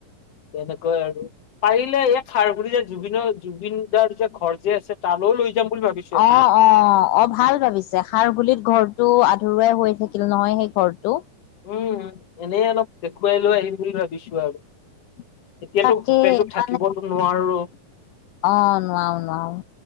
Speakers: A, on the left (about 50°); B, on the left (about 80°).
A: তেনেকৈ আৰু পাৰিলে এই খাৰঘূলিত', জুবিনৰ, জুবিন দাৰ যে ঘৰ যে আছে তালৈ লৈ যাম বুলি ভাবিছোঁ',
B: অ', অ', অ', ভাল ভাবিছা খাৰঘূলিত ঘৰটো আধৰুৱাই হৈ থাকিল নহয়, সেই ঘৰটো',
A: উম', হ'ম', এনে অলপ', দেখুৱাই লৈ আহিম বুলি ভাবিছোঁ আৰু এতিয়াতো
B: তাকে
A: হোটেলটোত থাকিবতো
B: মানে
A: নোৱাৰো',
B: অ', নোৱাৰো- নোৱাৰো